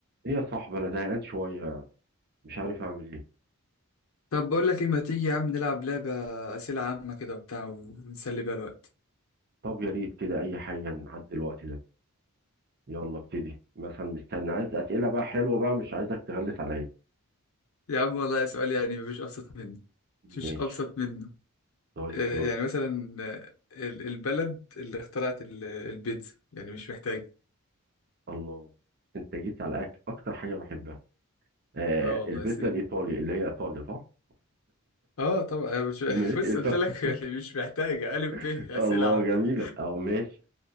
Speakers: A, on the right; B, on the left.
A: ايه يا صاحبي انا زهقان شويه مش عارف اعمل ايه
B: طب بقول لك ايه ما تيجي يا عم نلعب لعبة أسئلة عامة كده وبتاع ونسلي بيها الوقت
A: طب يا ريت كده اي حاجه نعدي الوقت ده يلا ابتدي مثلا مستني عايز اسئله بقى حلوه بقى مش عايزك تغلس عليا
B: يا عم والله سؤال يعني مفيش أبسط منه
A: ماشي
B: مفيش أبسط منه
A: طيب
B: آه،
A: يلا
B: يعني مثلا آه، ال- البلد اللي اخترعت ال- البيتزا يعني مش محتاج
A: الله انت جيت على أك... اكتر حاجه بحبها آه
B: اه والله
A: البيتزا
B: سيب
A: الايطالي اللي هي ايطاليا صح
B: اه طبعا أنا مش <laughs>
A: ماشي
B: بص
A: ايطالي
B: قلت لك يعني مش محتاجة ألف ب
A: <laughs>
B: أسئلة
A: الله
B: عامة
A: جميله اه ماشي